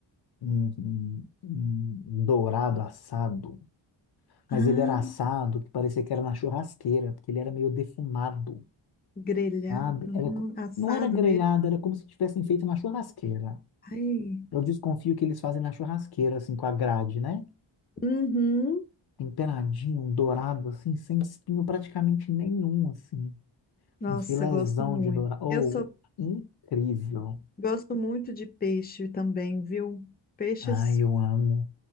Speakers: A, on the left; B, on the left.
A: um, um- um dourado assado.
B: Ah,
A: Mas ele era assado, que parecia que era na churrasqueira, porque ele era meio defumado,
B: grelhado,
A: sabe? Era,
B: não,
A: co-
B: assado
A: não era grelhado,
B: mesmo.
A: era como se tivessem feito na churrasqueira.
B: Ai,
A: Eu desconfio que eles fazem na churrasqueira, assim, com a grade, né?
B: uhum.
A: Temperadinho, um dourado, assim, sem espinho praticamente nenhum, assim.
B: Nossa,
A: Um filézão
B: gosto muito.
A: de dourado. Oh,
B: Eu sou,
A: incrível.
B: gosto muito de peixe também, viu? Peixes
A: Ai, eu amo.